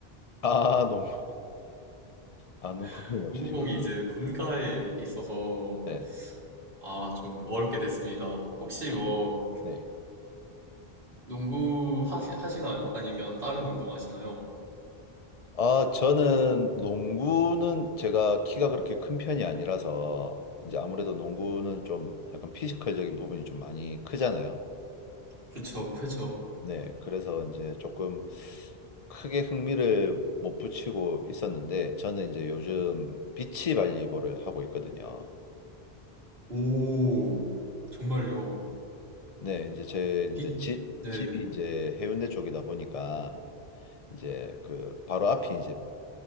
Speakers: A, on the left; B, on the right.
A: 아, 농구, 아, 농구공이
B: <laughs>
A: 없으시구나.
B: 농구공이 이제 본가에
A: 네,
B: 있어서,
A: 네,
B: 아, 좀 어렵게 됐습니다. 혹시
A: 아,
B: 뭐,
A: 네.
B: 농구 하시, 하시나요? 아니면 다른 운동 하시나요?
A: 아, 저는 농구는 제가 키가 그렇게 큰 편이 아니라서 이제 아무래도 농구는 좀 약간 피지컬적인 부분이 좀 많이 크잖아요.
B: 그쵸, 그쵸.
A: 네, 그래서 이제 조금 크게 흥미를 못 붙이고 있었는데 저는 이제 요즘 비치 발리볼을 하고 있거든요.
B: 오, 정말요.
A: 네, 이제 제
B: 빛,
A: 이제 집
B: 네.
A: 집이 이제 해운대 쪽이다 보니까 이제 그 바로 앞이 이제